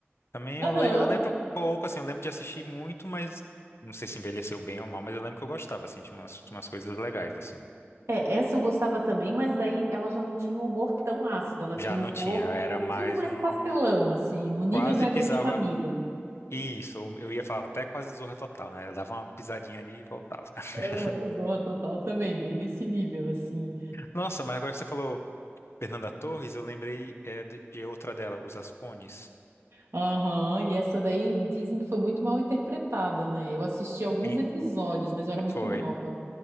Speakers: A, on the left; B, on the right.
A: Também
B: Aham.
A: eu, le- eu lembro pouco, assim, eu lembro de assistir muito, mas não sei se envelheceu bem ou mal, mas eu lembro que eu gostava, assim, tinha umas, tinha umas coisas legais, assim.
B: É, essa eu gostava também, mas daí ela já não tinha um humor tão ácido, ela tinha
A: Já não
B: um humor
A: tinha, era
B: um pouquinho
A: mais
B: mais
A: um.
B: pastelão, assim, no nível
A: Quase
B: da
A: pisava.
B: Grande Família.
A: Isso, ou eu ia falar até quase Zorra Total, né? Eu dava uma pisadinha ali e voltava. <laughs>
B: Aham, o Zorra Total também, bem nesse nível, assim.
A: Nossa, mas agora que você falou Fernanda Torres, eu lembrei é, de, de outra dela, Os Aspones.
B: Aham, e essa daí dizem que foi muito mal interpretada, né? Eu assisti alguns
A: E-
B: episódios, mas eu era muito
A: Foi.
B: nova.